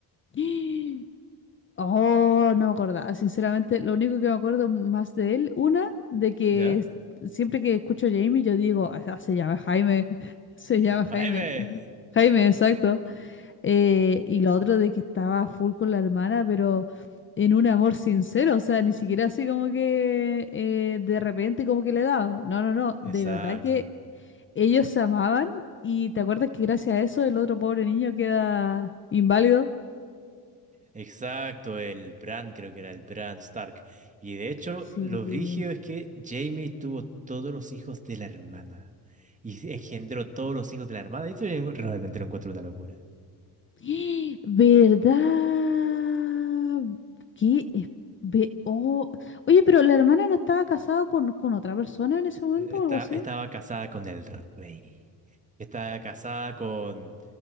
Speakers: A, on the left; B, on the right.
A: <gasps> Oh, no me acordaba. Sinceramente, lo único que me acuerdo más de él, una, de que
B: ¿Ya?
A: s- siempre que escucho a Jamie, yo digo, "Ah, ah, se llama Jaime, <laughs> se llama Jaime,
B: Jaime.
A: Jaime, exacto. Eh, y lo otro de que estaba full con la hermana, pero en un amor sincero, o sea, ni siquiera así como que eh, de repente como que le daba. No, no, no,
B: Exacto,
A: de verdad que ellos se amaban y te acuerdas que gracias a eso el otro pobre niño queda inválido.
B: exacto, el Bran creo que era el Bran Stark. Y de hecho,
A: Sí.
B: lo brígido es que Jaime tuvo todos los hijos de la hermana y engendró todos los hijos de la hermana. Y eso yo realmente lo encuentro una locura.
A: <gasps> ¿Verdad? ¿Qué es- ve- oh. Oye, pero la hermana no estaba casada con, con otra persona en ese momento
B: Está,
A: o algo así.
B: estaba casada con el rey. Estaba casada con,